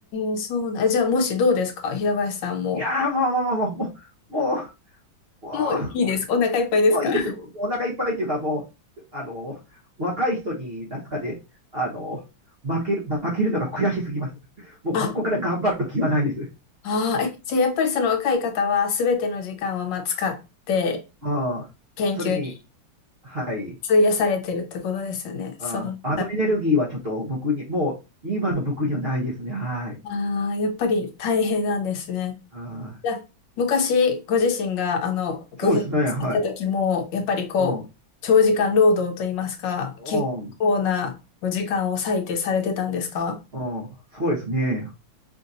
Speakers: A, on the left; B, on the right.
A: え、そうな、じゃあもしどうですか平林さんも。
B: いやー、もう、もう、ももう、もう、もう、
A: もういいです。お腹いっぱいですか
B: もういいですよ。お腹いっぱいっていうか、もう、あの、若い人に、なんとかであの、負ける、負けるのが悔しすぎます。もうここから頑張る気はないです。
A: あ、ああ、え、じゃあやっぱりその若い方は全ての時間をまあ使って
B: ああ、
A: 研究に
B: それに、はい。
A: 費やされてるってことですよね。
B: ああ、
A: そうだったら。
B: あのエネルギーはちょっと僕に、もう今の僕にはないですね。はい。
A: ああ、やっぱり大変なんですね。
B: ああ、
A: じゃあ昔ご自身があのご研究された時も、
B: そうですね。はい。
A: やっぱりこう、
B: うん。
A: 長時間労働といいますか、
B: うん。
A: 結構なお時間を割いてされてたんですか
B: うん。そうですね。